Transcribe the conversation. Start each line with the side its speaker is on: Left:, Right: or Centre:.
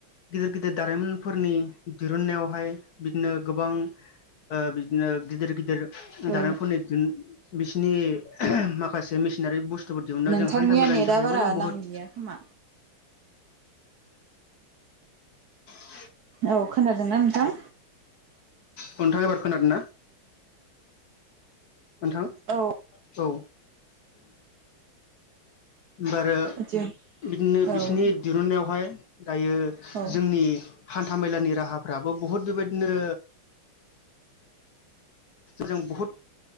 Left: गिदिर गिदिर दारिमिनफोरनि दिरुननाय। हाय बिदिनो गोबां ओ बिदिनो गिदिर गिदिर
Right: औ
Left: दारिमफोरनि बिसिनि माखासे मेसिनारि बुस बस्थुफोर दिहुना
Right: नोंथांनिया
Left: जों हान्था मेलानि
Right: नेटआ
Left: थाखायबो
Right: बारा
Left: जों बहद
Right: नांदिया खोमा
Left: <unintelligible>
Right: औ खोनादोंना नोंथां
Left: टखनथां एबार खोनादों ना। ओनथां
Right: औ
Left: औ बारो
Right: जों
Left: बिदिनो बिसिनि
Right: औ
Left: दिरुननायावहाय दायो
Right: औ
Left: जोंनि हान्था मेलानि राहाफ्रा दाबो बहुत बेबायदिनो जों बहुद